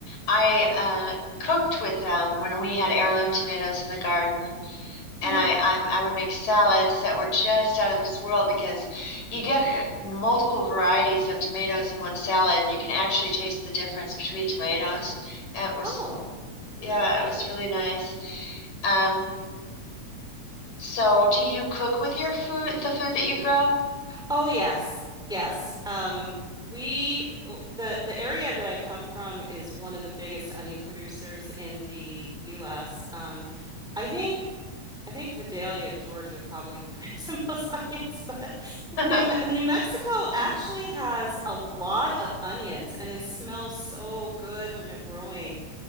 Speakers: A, on the left; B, in the centre.
A: I uh, cooked with them when we had heirloom tomatoes in the garden. And
B: hmm
A: I, I I would make salads that were just out of this world because you get multiple varieties of tomatoes in one salad, and you can actually taste the difference between tomatoes. And it was
B: Oh,
A: yeah, it was really nice. Um, so do you cook with your food, the food that you grow?
B: oh yes, yes. Um, we w- the the area that I come from is one of the biggest onion producers in the U.S. Um, I think I think Vidalia, Georgia, probably <laughs> makes the most <laughs> onions, but
A: <laughs> I
B: New, Me- New Mexico actually has a lot of onions, and they smell so good when they're growing.